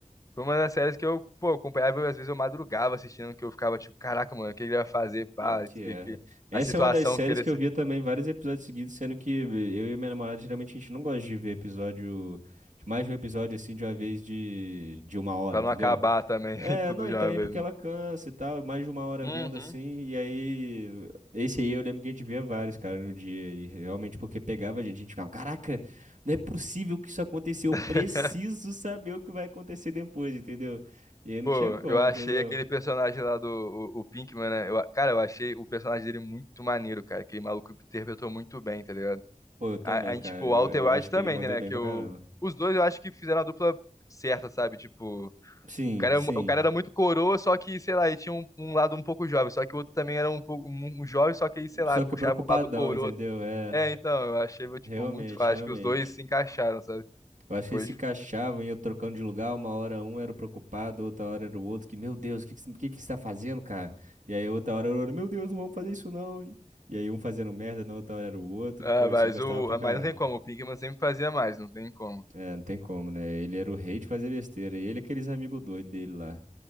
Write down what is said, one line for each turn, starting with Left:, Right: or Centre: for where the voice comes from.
Left: foi uma das séries que eu, pô, acompanhava, eu, às vezes eu madrugava assistindo, que eu ficava, tipo, caraca, mano, o que ele vai fazer, pá,
Right: Pior que
Left: isso
Right: é.
Left: que, que-
Right: Essa
Left: a situação
Right: é uma das séries
Left: que ele...
Right: que eu via também vários episódios seguidos, sendo que eh, eu e minha namorada geralmente a gente não gosta de ver episódio, de mais de um episódio assim de uma vez de, de uma hora,
Left: Pra
Right: entendeu?
Left: não acabar também,
Right: É,
Left: <laughs> tudo
Right: não, e
Left: de
Right: também
Left: uma vez,
Right: porque
Left: né?
Right: ela cansa e tal, mais de uma hora
Left: Uhum.
Right: vendo assim, e aí, esse aí eu lembro que a gente via vários, cara, no dia, e realmente porque pegava a gente, a gente ficava, caraca, não é possível que isso aconteceu, eu
Left: <laughs>
Right: preciso saber o que vai acontecer depois, entendeu? E aí não
Left: Pô,
Right: tinha como,
Left: eu achei
Right: entendeu?
Left: aquele personagem lá do o, o Pinkman, né? Eu- cara, eu achei o personagem dele muito maneiro, cara. Aquele maluco interpretou muito bem, tá ligado?
Right: Pô, eu também,
Left: A, a,
Right: cara,
Left: tipo,
Right: eu,
Left: o Walter
Right: eu
Left: White
Right: acho que
Left: também,
Right: ele mandou
Left: né?
Right: bem
Left: Que
Right: pra
Left: eu,
Right: caramba.
Left: os dois eu acho que fizeram a dupla certa, sabe? Tipo, o
Right: Sim,
Left: cara,
Right: sim,
Left: o cara era muito coroa, só que, sei lá, ele tinha um, um lado um pouco jovem. Só que o outro também era um pouco um, um jovem, só que aí, sei lá,
Right: só
Left: puxava
Right: que preocupadão,
Left: pro lado coroa.
Right: entendeu? É,
Left: É, então, eu achei, tipo,
Right: realmente,
Left: muito fácil.
Right: realmente.
Left: Acho que os dois se encaixaram, sabe?
Right: Eu acho que
Left: Foi,
Right: eles se
Left: tipo,
Right: encaixavam, e eu trocando de lugar, uma hora um era o preocupado, outra hora era o outro, que, meu Deus, o que que, você- o que que você tá fazendo, cara? E aí outra hora era o outro, meu Deus, não vamos fazer isso não, hein? E aí um fazendo merda, na outra hora era o outro,
Left: ah,
Right: pô, isso
Left: mas
Right: eu gostava
Left: o.
Right: pra
Left: ah,
Right: caramba.
Left: Mas não tem como, o Pinkman sempre fazia mais, não tem como.
Right: É, não tem como, né? Ele era o rei de fazer besteira, e ele e aqueles amigos doidos dele lá.